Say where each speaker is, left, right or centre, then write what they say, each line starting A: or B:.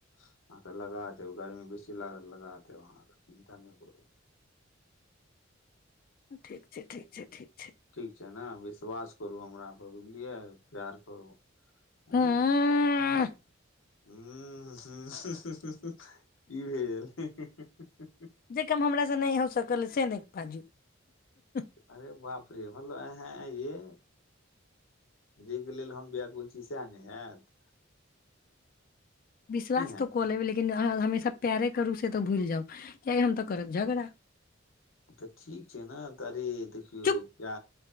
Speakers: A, on the left; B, on the left.
A: अहाँकेँ लगा देब गर्मी बेसी लागत लगा देब अहाँकेँ चिन्ता नहि करू
B: ठीक छै ठीक छै ठीक छै
A: ठीक छै ने बेस विश्वास करू हमरापर बुझलियै प्यार करू
B: उम्म
A: हँ ह ह ह की भेल गेल
B: जे काम हमरा से नहि हो सकल से नहि बाजू नहि
A: अरे बापरी मतलब अ ह ये जाहिके लेल हम व्याकुल छी सएह ने हयत
B: विश्वास
A: हैत
B: तऽ कै ब कि हम प्यारे करू से तऽ भूलि जाउ किय हम तऽ करब झगड़ा
A: तऽ ठीक छै ने त अरे देखियौ
B: चुप
A: प्य